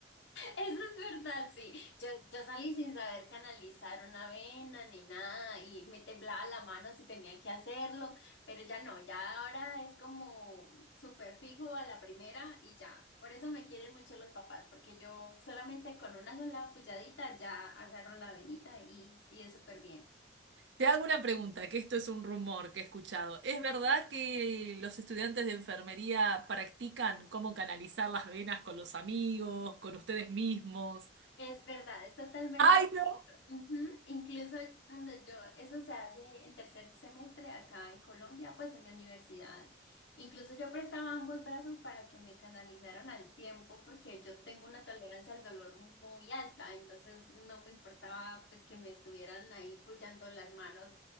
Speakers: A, on the left; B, on the right.
A: eso es verdad, sí. Yo, yo salí sin saber canalizar una vena ni nada y me temblaba la mano si tenía que hacerlo, pero ya no, ya ahora es como súper fijo a la primera y ya. Por eso me quieren mucho los papás, porque yo solamente con una sola puyadita ya agarro la venita y, y es súper bien.
B: Te hago una pregunta, que esto es un rumor que he escuchado. ¿Es verdad que los estudiantes de enfermería practican cómo canalizar las venas con los amigos, con ustedes mismos?
A: Es verdad, es totalmente
B: ¡Ay, no!
A: cierto. Ujú, Incluso cuando yo, eso se hace en tercer semestre acá en Colombia, pues en mi universidad, incluso yo prestaba ambos brazos para que me canalizaran al tiempo, porque yo tengo una tolerancia al dolor muy alta, entonces no me importaba pues que me estuvieran ahí apoyando las manos